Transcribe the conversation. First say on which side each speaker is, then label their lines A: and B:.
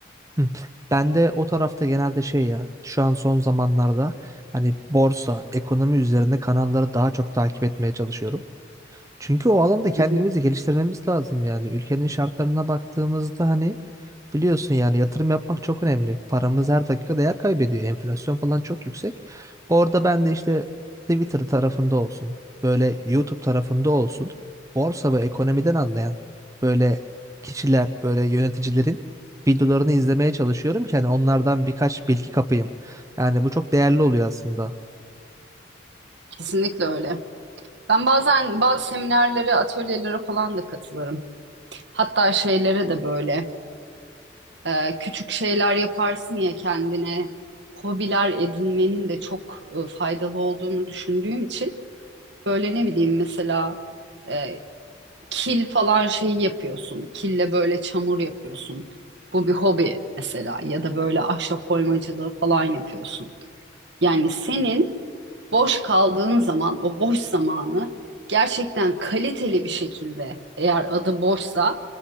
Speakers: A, on the right; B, on the right.
A: hı, ben de o tarafta genelde şey ya şu an son zamanlarda hani borsa, ekonomi üzerine kanalları daha çok takip etmeye çalışıyorum. Çünkü o alanda kendimizi
B: hı hı,
A: geliştirmemiz lazım yani. Ülkenin şartlarına baktığımızda hani biliyorsun yani yatırım yapmak çok önemli. Paramız her dakika değer kaybediyor. Enflasyon falan çok yüksek. Orada ben de işte Twitter tarafında olsun, böyle YouTube tarafında olsun, borsa ve ekonomiden anlayan böyle kişiler, böyle yöneticilerin videolarını izlemeye çalışıyorum ki hani onlardan birkaç bilgi kapayım. Yani bu çok değerli oluyor aslında.
B: kesinlikle öyle. Ben bazen bazı seminerlere, atölyelere falan da katılırım. Hatta şeylere de böyle e, küçük şeyler yaparsın ya kendine. Hobiler edinmenin de çok e, faydalı olduğunu düşündüğüm için. Böyle ne bileyim mesela e, kil falan şeyi yapıyorsun. Kille böyle çamur yapıyorsun. Bu bir hobi mesela ya da böyle ahşap oymacılığı falan yapıyorsun. Yani senin boş kaldığın zaman o boş zamanı gerçekten kaliteli bir şekilde eğer adı boşsa